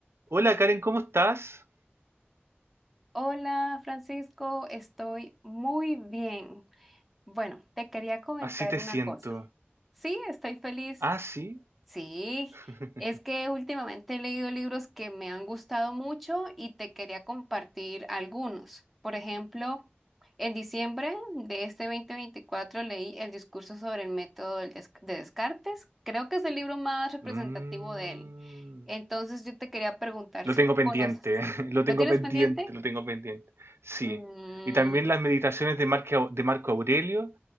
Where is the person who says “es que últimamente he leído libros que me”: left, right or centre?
Centre